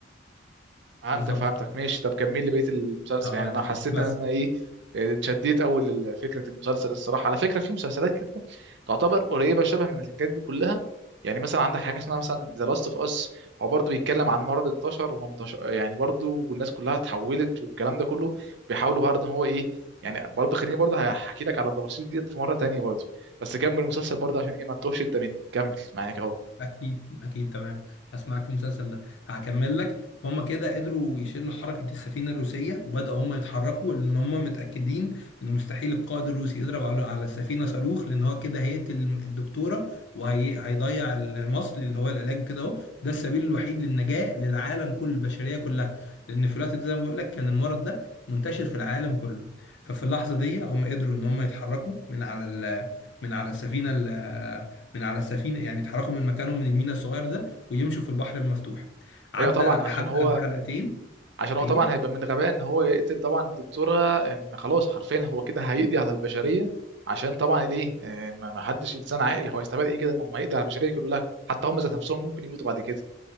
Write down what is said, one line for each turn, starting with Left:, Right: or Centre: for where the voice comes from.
Right: فهمتك
Left: بالظبط
Right: فهمتك ماشي طب كمل لي بقيه المسلسل
Left: هقول
Right: يعني انا
Left: لك
Right: حسيت
Left: بقى. بس
Right: ان انا ايه آه، اتشديت اول لفكره المسلسل الصراحه على فكره في مسلسلات كده تعتبر قريبه شبه من الحاجات دي كلها يعني مثلا عندك حاجه اسمها مثلا ذا لاست اوف اس هو برضه بيتكلم عن مرض انتشر ومنتشر يعني برضه والناس كلها اتحولت والكلام ده كله بيحاولوا برضه ان هو ايه يعني برضه خليني برضه هحكي لك على التفاصيل ديت في مره تانية برضه بس كمل المسلسل برضه عشان ايه ما تتوهش انت مني كمل معاك اهو
Left: اكيد اكيد تمام هسمعك في المسلسل ده هكمل لك هم كده قدروا يشيلوا حركه السفينه الروسيه وبداوا هم يتحركوا لان هم متاكدين ان مستحيل القائد الروسي يضرب على على السفينه صاروخ لان هو كده هيقتل الدكتوره وهيضيع المصل اللي هو العلاج كده اهو ده السبيل الوحيد للنجاه للعالم كل البشريه كلها لان في الوقت ده زي ما بقول لك كان المرض ده منتشر في العالم كله ففي اللحظه دي هم قدروا ان هم يتحركوا من على ال- من على السفينه من على السفينه يعني اتحركوا من مكانهم من الميناء الصغير ده ويمشوا في البحر المفتوح عدى
Right: ايوه طبعا
Left: حلقه
Right: عشان هو
Left: حلقتين
Right: عشان هو
Left: ايوه
Right: طبعا هيبقى من غباء ان هو يقتل طبعا الدكتوره ان خلاص حرفيا هو كده هيقضي على البشريه عشان طبعا ليه آه، ما ما حدش انسان عاقل هو هيستفاد ايه كده انه ما يقضي على البشريه كلها حتى هم ذات نفسهم ممكن يموتوا بعد كده